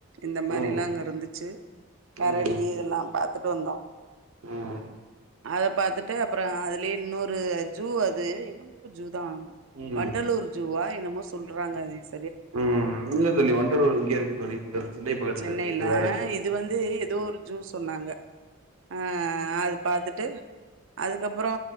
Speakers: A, on the right; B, on the right.
A: இந்த மாரில்லா
B: ம்
A: அங்க இருந்துச்சி கரடி
B: ம்
A: இதெல்லா பா த்துட்டு வந்தா
B: ம்
A: அத பாத் அப்றோ அதுலயே இன்னொரு ஜூ அது என்னமோ ஜூ தா
B: ம்
A: வண்டலூர் ஜூவா ன்னமோ சொல்றாங்க அதிச்
B: ம் இல்ல தோழி வண்டலூர் இங்க இருக்கு தோழி பக்க சென்னை பகத்துலதா
A: சென்னையில
B: இருக்கு இது வேற நியு
A: இது வந்து ஏதோ ஒரு ஜூ சொன்னாங்க அ அது பாத்துட்டு அதுக்கப்புறோ